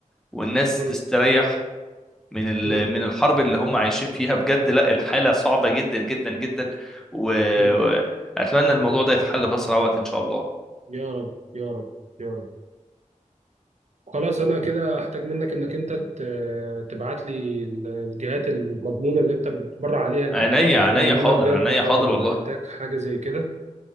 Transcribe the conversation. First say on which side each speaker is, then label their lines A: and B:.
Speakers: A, in the centre; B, on the right.
A: والناس
B: مم.
A: تستريح من ال-
B: مم.
A: من الحرب اللي هم عايشين فيها بجد لا الحالة صعبة جدا جدا جدا وأتمنى
B: مم.
A: الموضوع ده يتحل في أسرع وقت إن شاء الله
B: يا رب يا رب يا رب خلاص انا كده احتاج منك انك انت ت- تبعت لي ال- الجهات المضمونة اللي انت بتبرع عليها دي
A: عينيا عينيا
B: لان
A: حاضر
B: انا بجد
A: عينيا
B: اه
A: حاضر
B: محتاج
A: والله
B: حاجة زي كده